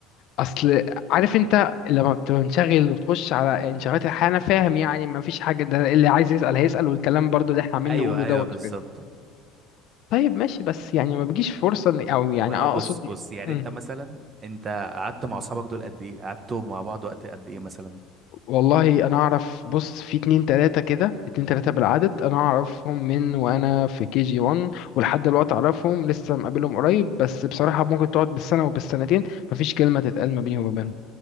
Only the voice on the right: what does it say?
ايوه
ايوه
بالظبط
ما
هو بص بص يعني
انت مثلا انت قعدت مع اصحابك دول قد ايه قعدتوا مع بعض وقت قد ايه مثلا